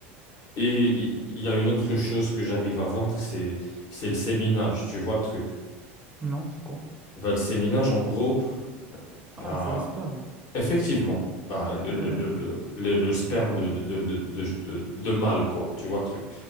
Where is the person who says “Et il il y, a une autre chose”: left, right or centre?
Left